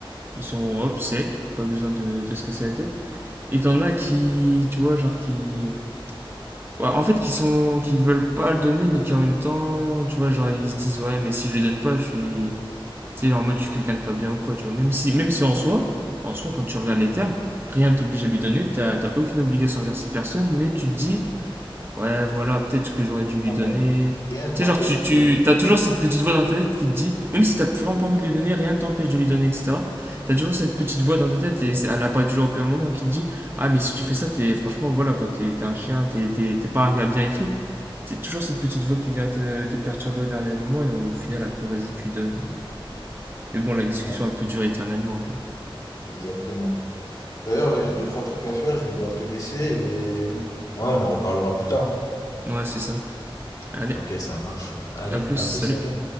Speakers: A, on the right; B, on the left.
A: Ils sont hop, secs pas besoin de, de se casser la tête. Et t'en as qui, tu vois, genre qui. Ouais, en fait, qui sont, qui veulent pas le donner, mais qui en même temps, tu vois, genre ils se disent ouais, mais si je le donne pas, je suis, Tu sais, en mode, je suis quelqu'un de pas bien ou quoi, tu vois. Même si, même si en soi, en soi, quand tu regardes les termes, rien t'oblige à lui donner, t'as t'as aucune obligation envers cette personne, mais tu te dis, ouais, voilà, peut-être que j'aurais dû lui
B: Non,
A: donner.
B: mais Rien ne
A: Tu
B: t'empêche
A: sais, genre, tu, tu
B: de...
A: as toujours cette petite voix dans ta tête qui te dit, même si t'as vraiment pas envie de lui donner, rien ne t'empêche de lui donner, etc. T'as toujours cette petite voix dans ta tête et elle apparaît toujours au pire moment qui te dit, ah, mais si tu fais ça, t'es franchement, voilà, quoi, t'es t'es un chien, t'es t'es- t'es pas un gars bien et tout. c'est toujours cette petite voix qui vient te, te perturber au dernier moment et au final, après, vas-y, tu donnes. et- mais bon, la discussion,
B: Ouais,
A: elle peut durer éternellement, quoi.
B: exactement. D'ailleurs, là, j'ai deux, trois trucs à faire, je vais devoir te laisser et... Ouais, on en reparlera plus tard. hein.
A: Ouais, c'est ça. Allez,
B: Ok, ça marche. Allez,
A: à plus,
B: à
A: salut.
B: plus, salut.